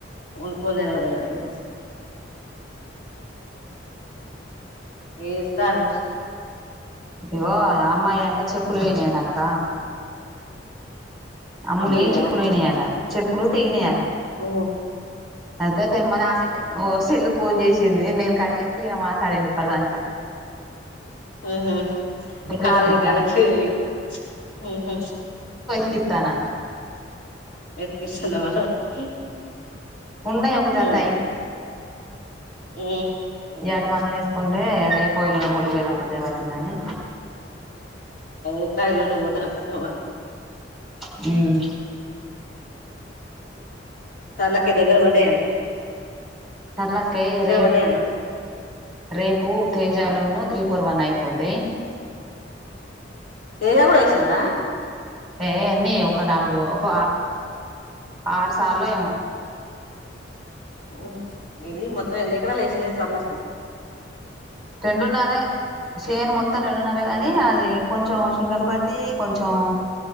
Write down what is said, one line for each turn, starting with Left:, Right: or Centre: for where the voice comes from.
Left: వండుకోన్ తినడమే ఇంగ ఏ సారు
Centre: ఇగో ఆ అమ్మాయి అంట చెప్పులు పోయినా ఆట అక్క అమ్ములీ
Left: అమ్ములియా
Centre: చెప్పులు పోయినాట చెప్పులు తెగినై ఆట
Left: ఓ
Centre: అయితే తేమ్మని ఆసే సెల్లు ఫోన్ చేసింది నేను కడ్జేతే ఈగా మాట్లాడింది ఇప్పుడదాంక
Left: ఊహు కాల్ఈగల
Centre: ఎతికిత్తా
Left: చేయి ఉహు
Centre: కిత్తన
Left: నెత్తిపిస్తన్నావా అదే
Centre: ఉన్నయి ఒక
Left: మ్
Centre: జత
Left: మ్
Centre: ఎడి మందం ఏస్కుంటే రేపో ఎల్లుండో ములు వోయినప్పుడు దేవచ్చులే అని
Left: ఎట్లా ఏల్లులి వోతరు థావ
Centre: మ్మ్
Left: సర్లక్కయి దగ్గర పడ్డాయ
Centre: సర్లక్కయి రెప్
Left: పడ్డాయేమో
Centre: రేపు తేజాలున్ను త్రి పోర్ వన్ అయిపోతాయి
Left: తేజ గూడ ఏసిందా
Centre: ఏ ఏన్ని ఒక నాలుగు ఒక ఆరుసాళ్ళో ఏమొ
Left: మ్మ్ ఎన్ని మొత్తం ఎన్నెకరాలేసింధేంది సర్లక్క
Centre: రెండున్నరే షేన్ మొత్తం రెండున్నరె గాని
Left: ఆ
Centre: అది కొంచెం సింగల్ పత్తి కొంచం